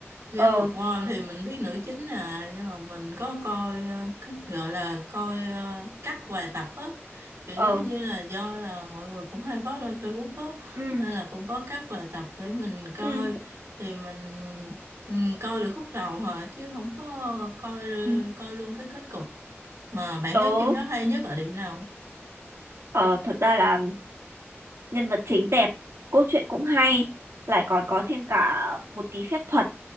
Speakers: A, on the right (about 90°); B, on the right (about 75°).
A: Game
B: Ờ
A: of Thrones thì mình biết nữ chính à, nhưng mà mình có coi ờ, cái- gọi là coi ờ, cắt vài tập á, kiểu
B: ờ
A: giống như là do là mọi người cũng hay post lên Facebook á,
B: ừ
A: nên là cũng có cắt vài tập để mình coi
B: ừ
A: thì mình ừ, coi được khúc đầu à chứ không có coi
B: ừ.
A: coi luôn cái kết cục. Mà bạn
B: tớ
A: thấy phim đó hay nhất ở điểm nào?
B: ờ, thật ra là nhân vật chính đẹp cốt truyện cũng hay lại còn có thêm cả một tí phép thuật